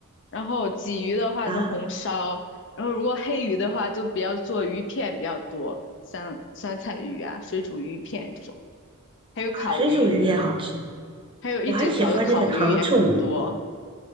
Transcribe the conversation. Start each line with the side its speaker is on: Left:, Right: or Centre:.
Left: 然后鲫鱼的话就红烧，
Right: 啊
Left: 然后如果黑鱼的话就比较做鱼片比较多，像酸菜鱼啊、水煮鱼片这种，还有烤鱼，
Right: 啊，水煮鱼也好吃，
Left: 还有一整条的烤鱼也很多，
Right: 我还喜欢那个糖醋鱼、